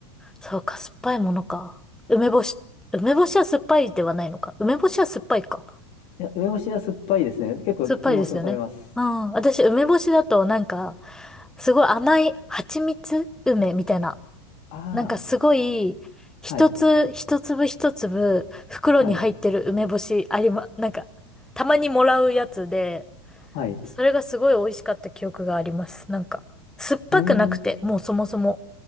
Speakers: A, in the centre; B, on the left.
A: そうか、酸っぱいものか。梅干し、梅干しは酸っぱいではないのか。梅干しは酸っぱいか。
B: いや、梅干しは酸っぱいですね。結構梅干しも食べます。
A: 酸っぱいですよね。うん。私、梅干しだとなんか、すごい甘い蜂蜜梅みたいな
B: ああ、
A: なんかすごい、一つ、
B: はい、
A: 一粒一粒、袋に入ってる梅干しありま、
B: はい、
A: なんか、たまにもらうやつで、
B: はい。
A: それがすごい美味しかった記憶があります。なんか、酸っぱくなくて、
B: うーん、
A: もうそもそも。